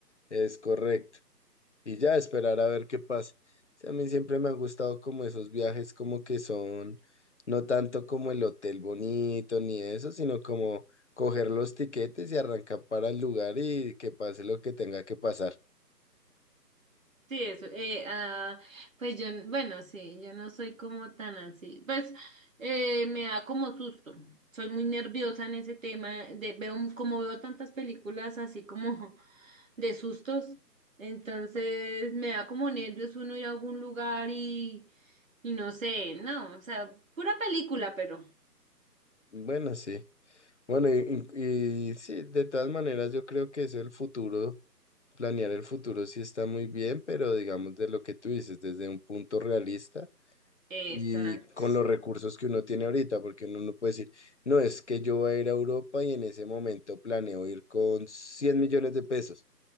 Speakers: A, on the left (about 45°); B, on the right (about 50°).
A: es correcto. y ya esperar a ver qué pasa. Sí, a mí siempre me han gustado como esos viajes como que son no tanto como el hotel bonito ni eso, sino como coger los tiquetes y arrancar para el lugar y que pase lo que tenga que pasar.
B: Sí, eso. Eh, ah, pues yo, bueno, sí, yo no soy como tan así. Pues eh, me da como susto. Soy muy nerviosa en ese tema. De, veo, como veo tantas películas así como <laughs> de sustos, entonces me da como nervios uno ir a algún lugar y, y no sé, no, o sea, pura película, pero.
A: Bueno, sí. Bueno, y, y- y sí, de todas maneras yo creo que eso el futuro, planear el futuro sí está muy bien, pero digamos de lo que tú dices, desde un punto realista.
B: Exacto,
A: Y con
B: sí.
A: los recursos que uno tiene ahorita, porque uno no puede decir, no, es que yo voy a ir a Europa y en ese momento planeo ir con 100 millones de pesos,